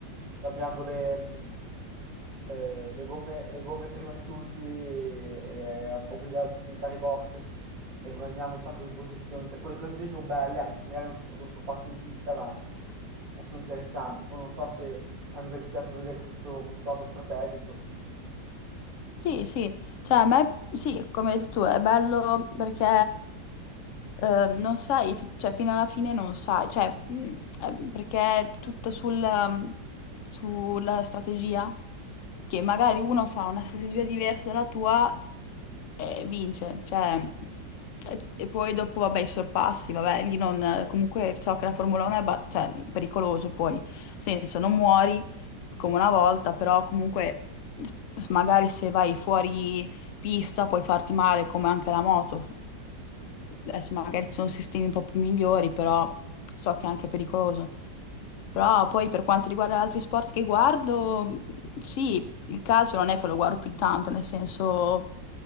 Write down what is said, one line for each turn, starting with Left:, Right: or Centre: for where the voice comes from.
Right: cambiando le, mh, eh, le gomme, le gomme prima di tutti, e, e obbligando tutti ad andare in box e guadagnando un sacco di posizioni. Cioè, quelle cose lì sono belle, anche se magari non c'è stato un sorpasso in pista, ma eh, sono interessanti. Poi non so se a livello ti piace vedere questo, questo lato strategico.
Left: Sì, sì, cioè a me sì, come hai detto tu, è bello perché eh, non sai, f- cioè fino alla fine non sai, cioè mm, eh, perché è tutto sul, mm, sulla strategia, che magari uno fa una strategia diversa dalla tua e vince, cioè e, e poi dopo vabbè i sorpassi, vabbè lì non, comunque so che la Formula 1 è ba- cioè, pericoloso poi, nel senso non muori come una volta, però comunque s- magari se vai fuori pista puoi farti male come anche la moto. Adesso magari ci sono sistemi un po' più migliori, però so che è anche pericoloso. Però poi per quanto riguarda gli altri sport che guardo, mh, sì, il calcio non è che lo guardo più di tanto, nel senso